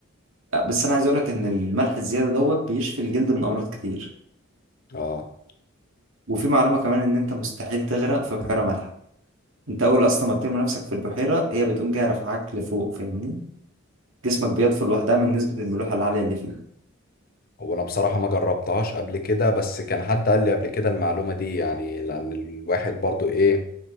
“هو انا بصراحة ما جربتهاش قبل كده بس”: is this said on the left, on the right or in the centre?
Left